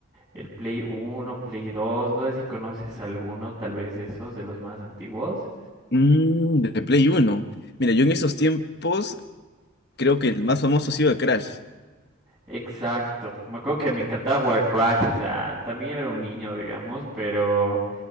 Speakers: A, on the right (about 20°); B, on the left (about 50°).
A: el Play Uno, Play 2. no sé si conoces alguno tal vez de esos, de los más antiguos.
B: Mm, de Play Uno. Mira, yo en esos tiempos creo que el más famoso ha sido el Crash.
A: Exacto, me acuerdo que me encantaba jugar Crash, o sea, también era un niño, digamos, pero